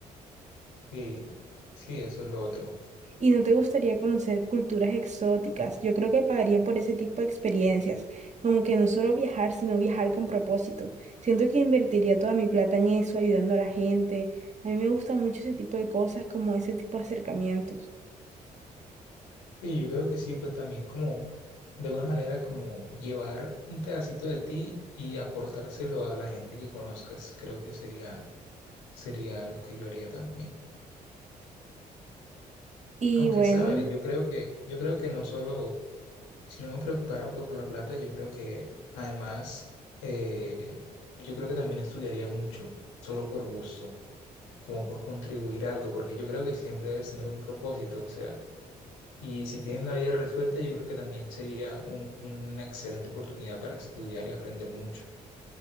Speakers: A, on the left; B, on the right.
A: Sí, sí, eso es lo otro.
B: ¿Y no te gustaría conocer culturas exóticas? Yo creo que pagaría por ese tipo de experiencias, como que no solo viajar, sino viajar con propósito. Siento que invertiría toda mi plata en eso, ayudando a la gente. A mí me gusta mucho ese tipo de cosas, como ese tipo de acercamientos.
A: Y yo creo que sí, pues también como de una manera como llevar un pedacito de ti y aportárselo a la gente que conozcas. Creo que sería, sería algo que yo haría también.
B: Y
A: Aunque
B: bueno,
A: sabes, yo creo que, yo creo que no solo, si no me preocupara por la plata, yo creo que además, eh, yo creo que también estudiaría mucho, solo por gusto. como por contribuir a algo, porque yo creo que siempre debes tener un propósito, o sea, y si tienes la vida resuelta, yo creo que también sería un- una excelente oportunidad para estudiar y aprender mucho.